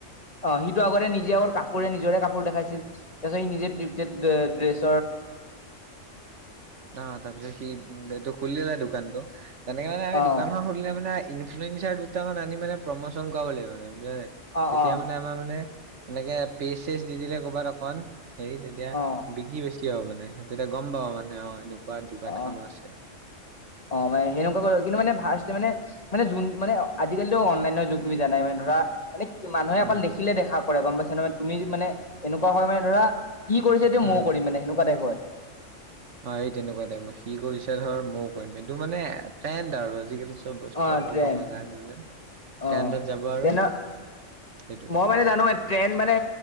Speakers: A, on the left; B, on the right.
A: অ সিটো আগতে নিজে আগ কাপোৰে নিজৰে কাপোৰ দেখাইছিল তাৰিছত সি নিজে ড্ৰেছ
B: ন তাৰপিছত সি এইটো খুলিলে দোকানতটো তেনেকে মানে আম
A: অ
B: দানখন সধিলোনে ইনফ্লুৱেঞ্চছাৰ দুটামান আনি মানে প্ৰমোচন কৰা কৰিব লাগিব মানে
A: অ
B: তেতিয়া
A: অ
B: মানে আমাৰ মানে এনেকে পেচ চেচ দি দিলে কৰ'বাত অকমান হেৰি তেতিয়া
A: অ
B: বিকি বেছি হ মানে তেতিয়া গম পা মানে অ এনেকুৱা দোকান
A: অ
B: এখনো আছে
A: অ মানে সেনেকুৱা কৰে কিন্তু মানে ফাৰ্ষ্ট মানে মানে যোন মানে আজিকালি অনলাইনৰ যুগ তুমি জানাই মানে ধৰা মানে কি মানুহে
B: উম
A: অকল দেখিলে দেখা কৰে গম পাইছা ন মানে তুমি মানে এনেকুৱা হয় মানে ধৰা ই কৰিছে এ
B: উম
A: ময়ও কৰিম মানে সেনেকুৱা টাইপৰ হয়
B: অ এই তেনেকুৱাটাইপৰ সি কৰিছে ধৰ ময় কৰিম এইটো মানে ট্ৰেণ্ড আৰু আজিকালি <unintelligible>
A: অ ট্ৰেণ্ড অ
B: ট্ৰেণ্ডত যাব আৰু
A: তেনে
B: সেইটো
A: মই মানে জানো এ ট্ৰেণ্ড মানে